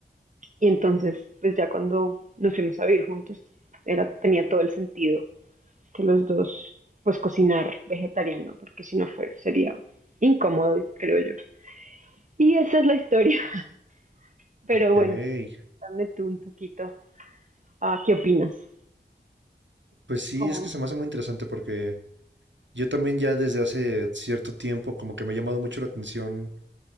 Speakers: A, on the right; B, on the right.
A: y entonces pues ya cuando nos fuimos a vivir juntos era, tenía todo el sentido que los dos pues cocinar vegetariano, porque si no fue, sería incómodo, creo yo. Y esa es la historia. <laughs> Pero
B: ok.
A: bueno, cuéntame tú un poquito, ah, ¿qué opinas?
B: Pues sí,
A: ¿Cómo?
B: es que se me hace muy interesante porque yo también ya desde hace cierto tiempo como que me ha llamado mucho la atención,